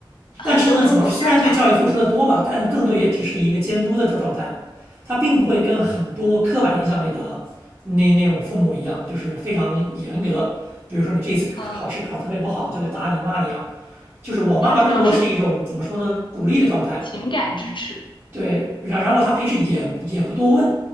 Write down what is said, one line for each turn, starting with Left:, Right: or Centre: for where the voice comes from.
Left: 很多中国家长，
Right: 但是呢，怎么说虽然对教育付出的多吧，但更多也只是一个监督的这状态，他并不会跟很多刻板印象里的那那种父母一样，就是非常严格。比如说你这一次考试考得特别不好，
Left: 嗯、
Right: 就会打你骂你啊。就是我妈妈更多是一种怎么说呢，
Left: 他主要是
Right: 鼓励的状态。
Left: 情感支持，
Right: 对，然然后他平时也也不多问，